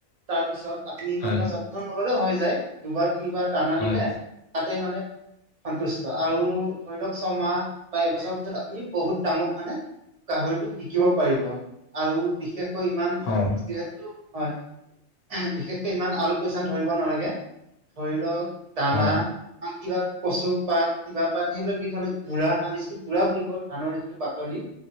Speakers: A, on the right; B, on the left.
A: তাৰ পিছত আপুনি ইমান
B: হয়
A: এটা যত্ন নললে হৈ যায় দুবাৰ তিনিবাৰ দানা
B: হয়
A: দিলে তাতে মানে সন্তুষ্ট আৰু ধৰি লওক ছমাহ বা এবছৰ পিছত আপুনি বহুত দামত মানে গাহৰিটোক বিকিব পাৰিব আৰু বিশেষ ইমান
B: হয়
A: যিহেতু হয় বিশেষকে ইমান আৰু এল পইচান ধৰিব নালাগে ধৰি লওক দানা
B: হয়
A: কিবা কচু পাত কিবা পাত সেইবিলাক দি থলে বুড়া আমি যিটো বুঢ়া বুলি কওঁ ধানৰ যিটো পাত কলি